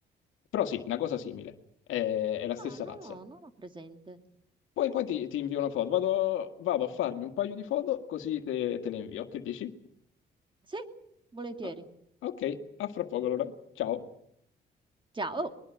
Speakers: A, on the left; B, on the right.
A: Però sì, una cosa simile, è, è la stessa
B: Ah, no,
A: razza.
B: no, non ho presente.
A: Poi, poi ti, ti invio una foto, vado, vado a fargli un paio di foto così te, te le invio, che dici?
B: Sì, volentieri.
A: Ah, ok, a fra poco allora, ciao.
B: Ciao.